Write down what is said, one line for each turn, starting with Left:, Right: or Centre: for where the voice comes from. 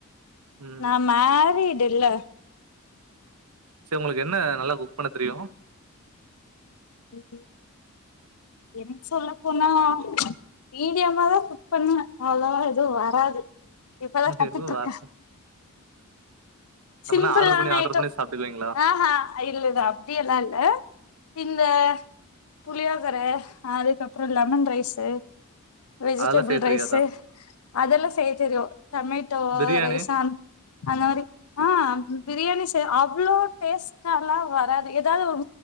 Right: ம்
Left: நான் மேரிட் இல்ல
Right: சேரி உங்களுக்கு என்ன நல்லா குக் பண்ண தெரியும்
Left: க்கு என் சொல்ல போனா மீடியமா தான் குக் பண்ணுவேன் அவ்வளவா எதுவும் வராது இப்பதான்
Right: உங்களுக்கு
Left: கத்துட்டு
Right: எதுவு
Left: இருக்கேன்
Right: வர
Left: சிம்பிளான
Right: அப்பனா ஆர்டர் பண்ணி ஆர்டர்
Left: ஐட்டம்
Right: பண்ணி சாப்ட்டுக்குவீங்களா
Left: ஆ ஹா இல்ல இ அப்டி எல்லா இல்ல இந்த புளியோதரை அதுக்கப்றோ லெமன் ரைஸ்சு வெஜிடபிள்
Right: அதெல்லா செய்ய தெரியாதா
Left: ரைஸ் அதெல்லாம் செய்ய தெரியும் டொமேட்டோ
Right: பிரியாணி
Left: ரைஸ் அந்த மாரி ஆ பிரியாணி அவ்ளோ டேஸ்ட்ல்லா வராது ஏதாது ஒரு